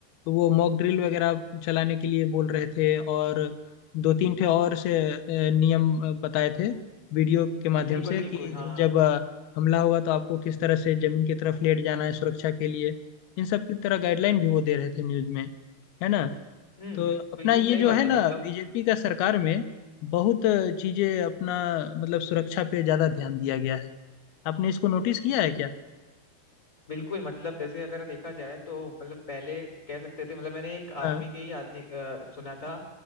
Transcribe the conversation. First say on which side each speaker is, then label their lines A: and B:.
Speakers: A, on the left; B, on the left.
A: तो वो मॉक ड्रिल वगैरह चलाने के लिए बोल रहे थे और दो तीन ठे और से अ, नियम अ, बताए थे वीडियो के माध्यम
B: बिल्कुल
A: से
B: बिल्कुल
A: कि
B: हाँ
A: जब अ, हमला होगा तो आपको किस तरह से जमीन की तरफ लेट जाना है सुरक्षा के लिए इन सब की तरह गाइडलाइन भी वो दे रहे थे न्यूज़ में है ना
B: हम्म
A: तो अपना
B: बिल्कुल
A: ये
B: सही
A: जो
B: बात
A: है
B: है
A: ना
B: मतलब
A: बीजेपी का सरकार में बहुत चीजें अपना मतलब सुरक्षा पे ज्यादा ध्यान दिया गया है आपने इसको नोटिस किया है क्या
B: बिल्कुल मतलब जैसे अगर देखा जाए तो मतलब पहले कह सकते थे मतलब मैंने एक
A: हाँ
B: आर्मी के ही आदमी अ, सुना था